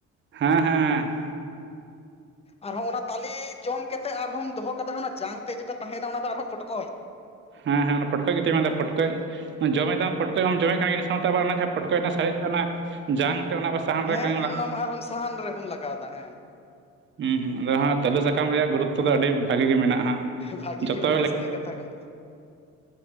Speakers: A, on the right (about 40°); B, on the left (about 20°).
A: ᱦᱮᱸ ᱦᱮᱸ᱾
B: ᱟᱨᱦᱚᱸ ᱚᱱᱟ ᱛᱟᱞᱮ ᱡᱚᱢ ᱠᱟᱛᱮ ᱟᱨᱦᱚᱢ ᱫᱚᱦᱚ ᱠᱟᱫᱟ ᱚᱱᱟ ᱡᱟᱝ ᱛᱮ ᱡᱮᱴᱟ ᱛᱟᱦᱮᱱᱟ ᱚᱱᱟ ᱫᱚ ᱟᱨᱦᱚᱸ ᱯᱚᱴᱠᱚᱡ
A: ᱦᱮᱸ ᱦᱮᱸ ᱯᱚᱴᱠᱚᱡ ᱜᱮᱛᱚᱧ ᱢᱮᱱ ᱮᱫᱟ ᱯᱚᱴᱠᱚᱡ ᱡᱚᱢᱮᱫᱟᱢ ᱯᱚᱴᱠᱚᱡ ᱢᱟᱢ ᱡᱚᱢᱮᱫ ᱠᱟᱱ ᱜᱮ ᱤᱱᱟᱹ ᱥᱟᱶᱛᱮ ᱟᱵᱟᱨ ᱚᱱᱟ ᱡᱟᱦᱟᱸ ᱯᱚᱴᱠᱚᱡ ᱮᱱᱟ ᱥᱟᱨᱮᱡ ᱛᱟᱦᱮᱱᱟ ᱡᱟᱝᱛᱮ ᱚᱱᱟ ᱵᱟ ᱥᱟᱦᱟᱱ
B: ᱦᱮᱸ
A: ᱨᱮ ᱠᱟᱹᱢᱤ <inaudible> ᱞᱟᱜ
B: ᱚᱱᱟ ᱟᱨᱦᱚᱸ ᱥᱟᱦᱟᱱ ᱨᱮᱵᱚᱱ ᱞᱟᱜᱟᱣ ᱫᱟ ᱦᱮᱸ
A: ᱦᱩᱸ ᱦᱩᱸ ᱟᱫᱚ ᱦᱟᱸᱜ ᱛᱟᱹᱞᱩ ᱥᱟᱠᱟᱢ ᱨᱮᱭᱟᱜ ᱜᱩᱨᱩᱛᱚ ᱫᱚ ᱟᱹᱰᱤ ᱵᱷᱟᱹᱜᱤ ᱜᱮ ᱢᱮᱱᱟᱜᱼᱟ ᱦᱟᱸᱜ
B: ᱵᱷᱟᱜᱤ ᱜᱤ
A: ᱡᱚᱛᱚ
B: ᱢᱮᱱᱟᱜᱼᱟ ᱥᱟᱹᱨᱤ ᱠᱟᱛᱷᱟ ᱠᱟᱱᱟ᱾